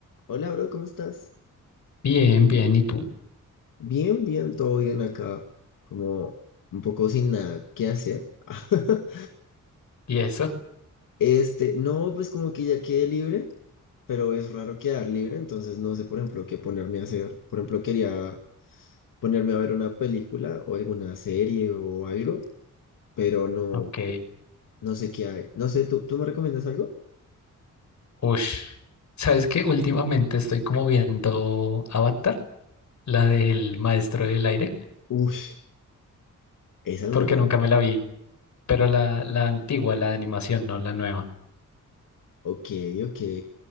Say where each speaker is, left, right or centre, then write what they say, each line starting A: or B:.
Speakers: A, on the left; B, on the left.
A: Hola, bro, ¿cómo estás?
B: Bien, bien, ¿y tú?
A: Bien, bien, todo bien acá. Como un poco sin nada que hacer. <laughs>
B: ¿Y eso?
A: Este, no, pues como que ya quedé libre, pero es raro quedar libre, entonces no sé, por ejemplo, qué ponerme a hacer. Por ejemplo, quería ponerme a ver una película o alguna serie o algo, pero no,
B: Ok.
A: no sé qué hay. No sé, ¿tú, tú me recomiendas algo?
B: Ush. ¿Sabes qué? Últimamente estoy como viendo Avatar, la del Maestro del Aire,
A: Uy, esa es
B: porque
A: muy buena.
B: nunca me la vi, pero la, la antigua, la de animación, no la nueva.
A: Ok, ok.